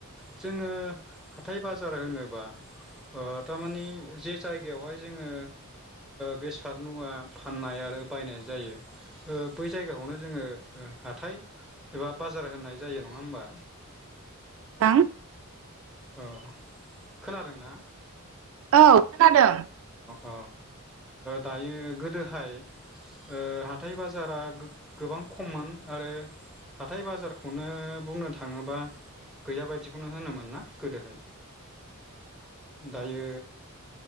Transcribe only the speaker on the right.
थां
औ खोनादों